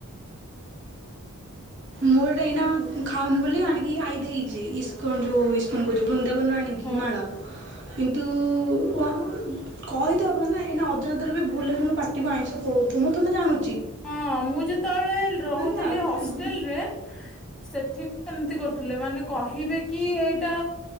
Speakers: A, on the right; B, in the centre.
A: ମୋର ଏଇନା ଖାଉନି ବୋଲି ଆଣିକି ଆଈ ଦେଇଛି ଇସ୍କନ୍ ଯୋଉ ଇସ୍ ଫୋନ୍ କରୁଛି ବୃନ୍ଦାବନ ଆଣିକି
B: ହୁଁ
A: ମାଳ କିନ୍ତୁ ଅ କହି ତ ହେବନିନା ଏଇନା ଅଜାଣତରେ ବି ଭୁଲ୍ ରେ ବି ମୋ ପାଟିକୁ ଆଇଁଷ ପଳଉଥିବ ମୁଁ ତଥୁ ନା ଜାଣୁ
B: ହଁ ମୁଁ ଯେତେବେଳେ ରହୁଥିଲି
A: ନା
B: ହଷ୍ଟେଲ୍ ରେ ସେଠି ସେମତି କରୁଥିଲେ ମାନେ କହିବେ କି ଏଇଟା